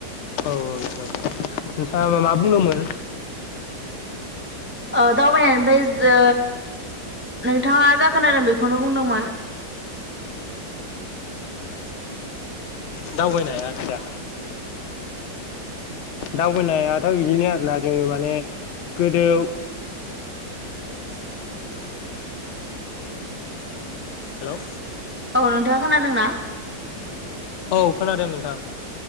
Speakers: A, on the left; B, on the right.
A: औ औ नोंथां नोंथाङा बा मा बुंदोंमोन?
B: ओ दावबायाय निफ्राय जो नोंथाङा जागोन आरो बेखौनो बुंदोंमोन।
A: दावबायनाया आदसा दावबोनायाथ' बिदिनो आरोना जोङो माने गोदो <inaudible> हेल'
B: औ नोंथाङा खोनादोंना?
A: औ खोनादों नोंथां